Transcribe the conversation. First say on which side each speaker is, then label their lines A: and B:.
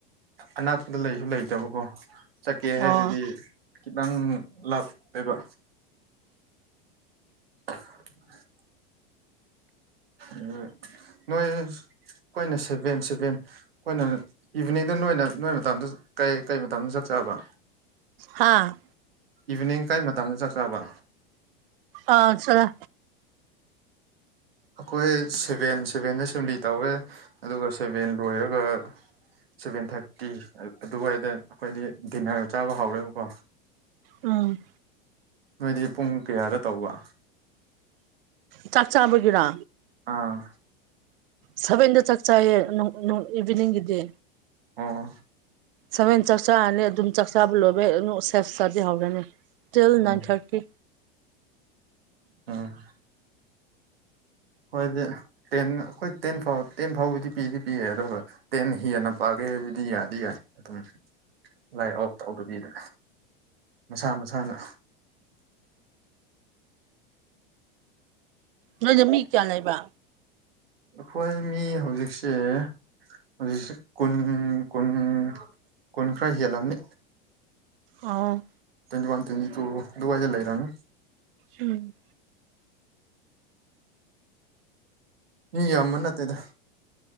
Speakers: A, on the right (about 80°); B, on the right (about 70°).
A: ꯑꯅꯥꯛꯄꯗ ꯂꯩꯁꯨ ꯂꯩꯇꯕꯀꯣ ꯆꯠꯀꯦ ꯍꯥꯏꯔꯗꯤ
B: ꯑꯣ
A: ꯈꯤꯗꯪ ꯂꯥꯞꯄꯦꯕ <unintelligible> ꯎꯝ ꯅꯣꯏ ꯈꯣꯏꯅ ꯁꯚꯦꯟ ꯁꯚꯦꯟ ꯈꯣꯏꯅ ꯏꯚꯤꯅꯤꯡꯗ ꯅꯣꯏꯅ ꯅꯣꯏ ꯃꯇꯝꯗ ꯀꯩ ꯀꯩ ꯃꯇꯝꯗ ꯆꯛ ꯆꯥꯕ
B: ꯍꯥꯥ
A: ꯏꯚꯤꯅꯤꯡ ꯀꯥꯏ ꯃꯇꯝꯗ ꯆꯥꯛ ꯆꯥꯕ
B: ꯑꯥ ꯆꯥꯂꯦ
A: ꯑꯈꯣꯏ ꯁꯦꯚꯦꯟ ꯁꯦꯚꯦꯟꯗ ꯑꯦꯁꯦꯝꯕ꯭ꯂꯤ ꯇꯧꯋꯦ ꯑꯗꯨꯒ ꯁꯦꯚꯦꯟ ꯂꯣꯏꯔꯒ ꯁꯚꯦꯟ ꯊꯥꯔꯇꯤ ꯑꯗꯨꯋꯥꯏꯗ ꯑꯩꯈꯣꯏꯗꯤ ꯗꯤꯟꯅꯔ ꯆꯥꯕ ꯍꯧꯔꯦꯕꯀꯣ
B: ꯎꯝ
A: ꯅꯣꯏꯗꯤ ꯄꯨꯡ ꯀꯌꯥꯗ ꯇꯧꯕ
B: ꯆꯥꯛ ꯆꯥꯕꯒꯤꯔꯥ
A: ꯑꯥ
B: ꯁꯚꯦꯟꯗꯣ ꯆꯥꯛ ꯆꯥꯏꯌꯦ ꯅꯨꯡ ꯅꯨꯡ ꯏꯚꯤꯅꯤꯡꯒꯤꯗꯤ
A: ꯑꯣ
B: ꯁꯚꯦꯟ ꯆꯥꯛ ꯆꯥꯔꯅꯤ ꯑꯗꯨꯝ ꯆꯥꯛ ꯆꯥꯕ ꯂꯣꯏꯕꯩ ꯑꯅꯨ ꯁꯦꯞꯁ꯭ꯇꯥꯗꯤ ꯍꯧꯔꯅꯤ till
A: um
B: nine thirty
A: um ꯈꯣꯏꯗꯤ ꯇꯦꯟ ꯑꯈꯣꯏ ꯇꯦꯟ ꯐꯥꯎ ꯇꯦꯟ ꯐꯥꯎꯕꯗꯤ ꯄꯤꯗꯤ ꯄꯤꯌꯦ ꯑꯗꯨꯒ ꯇꯦꯟ ꯍꯦꯟꯅ ꯄꯥꯒꯦ ꯍꯥꯏꯕꯗꯤ ꯌꯥꯗꯤ ꯌꯥꯏ ꯑꯗꯨꯝ ꯂꯥꯏꯠ ꯑꯣꯐ ꯇꯧꯗꯕꯤꯗ ꯃꯁꯥ ꯃꯁꯥꯅ
B: ꯅꯣꯏꯗ ꯃꯤ ꯀꯌꯥ ꯂꯩꯕ꯭ꯔꯥ
A: ꯑꯈꯣꯏ ꯃꯤ ꯍꯧꯖꯤꯛꯁꯦ ꯍꯧꯖꯤꯛꯁꯦ ꯀꯨꯟ ꯀꯨꯟ ꯀꯨꯟ ꯈ꯭ꯔꯥ ꯍꯦꯜꯂꯝꯅꯤ
B: ꯑꯣ
A: ꯇ꯭ꯋꯦꯟꯇꯤ ꯋꯥꯟ ꯇ꯭ꯋꯦꯟꯇꯨ ꯑꯗꯨꯋꯥꯏꯗ ꯂꯩꯔꯥꯝꯃꯤ
B: ꯎꯝ
A: ꯃꯤ ꯌꯥꯝꯕ ꯅꯠꯇꯦꯗ